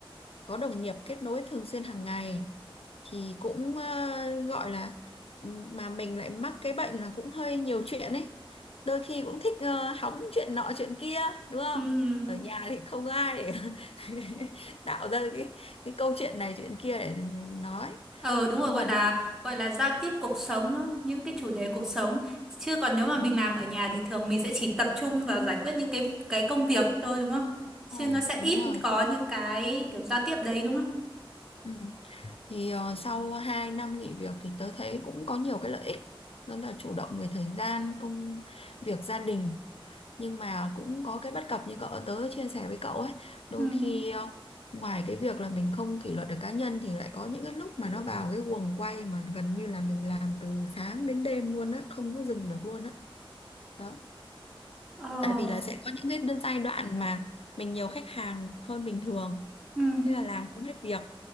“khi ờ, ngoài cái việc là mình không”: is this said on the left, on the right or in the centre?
Left